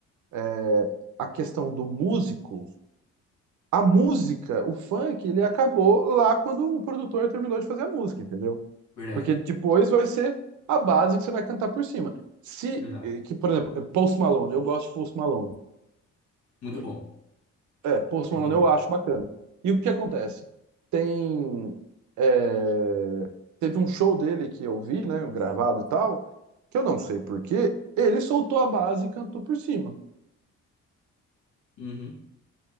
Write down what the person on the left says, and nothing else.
verdade,
verdade.
Muito
bom.
Por
que não?
Uhum.